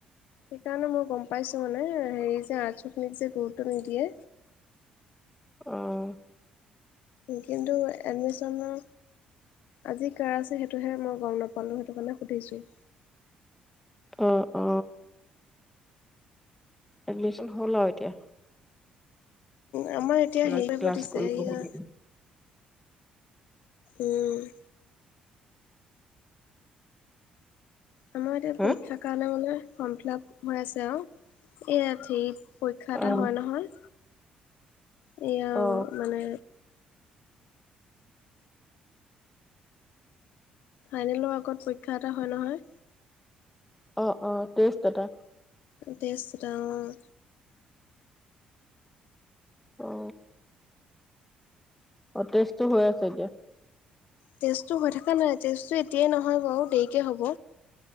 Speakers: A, on the left; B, in the centre.
A: সেইকাৰণে মই গম পাইছো মানে হেৰি যে আৰ্টশ খিনিক যে গুৰুত্ব নিদিয়ে
B: আহ
A: কিন্তু এডমিশনৰ আজি কাৰ আছে সেইটোহে মই গম নাপালোঁ সেইটো কাৰণে সুধিছোঁ
B: অ অ এডমিশন হ'ল আৰু এতিয়া
A: আমাৰ এতিয়া
B: ক্লা
A: হেৰিয়া
B: ক্লাছ
A: পাতিছে
B: কৰিবহে
A: হেইয়া
B: লাগিব
A: উম আমাৰ এতিয়া
B: হা
A: পৰীক্ষাৰ কাৰণে মানে ফৰ্ম ফিল আপ হৈ আছে আৰু ইয়াতেই পৰীক্ষা এটা
B: অ
A: হয় নহয় এয়া আৰু
B: অ
A: মানে ফাইনেলৰ আগত পৰীক্ষা এটা হয় নহয়
B: অ অ তেজট এটা
A: টেষ্ট এটা অঁঃ
B: অ অ তেষ্টো হৈ আছে এতিয়া
A: টেষ্টটো হৈ থকা নাই টেষ্টটো এতিয়াই নহয় বাৰু দেৰিকে হ'ব